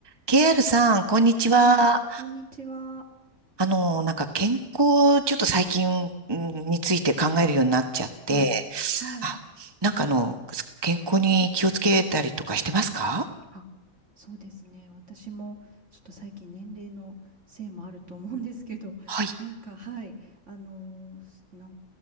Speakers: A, on the right; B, on the right.
A: KR さん、こんにちは。
B: はい、こんにちは。
A: あの、なんか健康、ちょっと最近うんについて考えるようになっちゃって、
B: あ、はい。
A: あ、なんかあの、健康に気をつけたりとかしてますか
B: あ、そうですね。私もちょっと最近年齢のせいもあると思うんですけど、<laughs>
A: はい。
B: なんか、はい、あのーなん